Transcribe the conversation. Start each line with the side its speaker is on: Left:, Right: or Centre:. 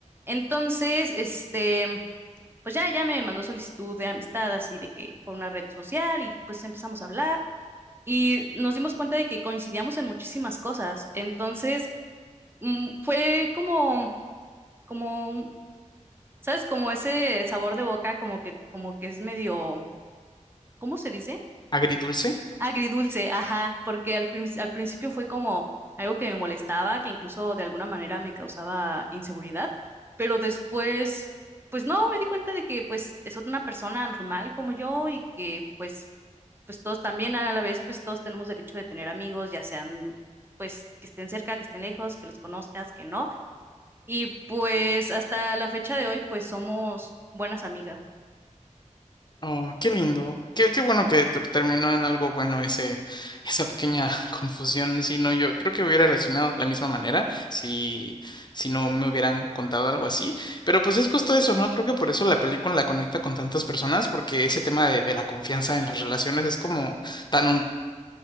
Right: Entonces, este, pues ya, ya me mandó solicitud de amistad, así de que por una red social y pues empezamos a hablar. Y nos dimos cuenta de que coincidíamos en muchísimas cosas. Entonces, mm, fue como, como, un- ¿sabes? Como ese sabor de boca, como que, como que es medio, ¿cómo se dice?
Left: ¿Agridulce?
Right: Agridulce, ajá, porque al, prin- al principio fue como algo que me molestaba, que incluso de alguna manera me causaba inseguridad, pero después, pues no, me di cuenta de que pues es una persona normal como yo y que pues, pues todos también a la vez, pues todos tenemos derecho de tener amigos, ya sean, pues que estén cerca, que estén lejos, que los conozcas, que no. Y pues hasta la fecha de hoy, pues somos buenas amigas.
Left: Oh, qué lindo. Qué, qué bueno que ter- terminó en algo bueno ese, esa pequeña <laughs> confusión. Si no, yo creo que hubiera reaccionado de la misma manera si, si no me hubieran contado algo así. Pero pues es justo eso, ¿no? Creo que por eso la película la conecta con tantas personas, porque ese tema de, de la confianza en las relaciones es como tan